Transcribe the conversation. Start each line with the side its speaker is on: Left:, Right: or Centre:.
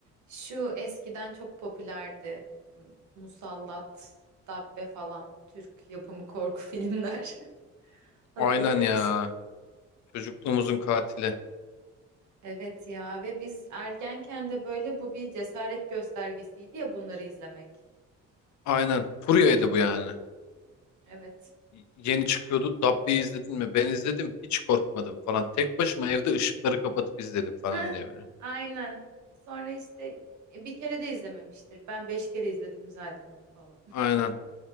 Right: Şu eskiden çok popülerdi. Musallat, Dabbe falan Türk yapımı korku filmler. <laughs> Hatırlıyor
Left: Aynen ya.
Right: musun?
Left: Çocukluğumuzun katili.
Right: Evet ya ve biz ergenken de böyle bu bir cesaret göstergesiydi ya bunları izlemek.
Left: Aynen. Furya'ydı bu yani.
Right: Evet.
Left: Y- Yeni çıkıyordu. Dabbe'yi izledin mi? Ben izledim. Hiç korkmadım falan. Tek başıma evde ışıkları kapatıp izledim falan
Right: Heh,
Left: diye böyle.
Right: aynen. E, Sonra işte e, bir kere de izlememiştir. Ben beş kere izledim zaten onu falan.
Left: Aynen.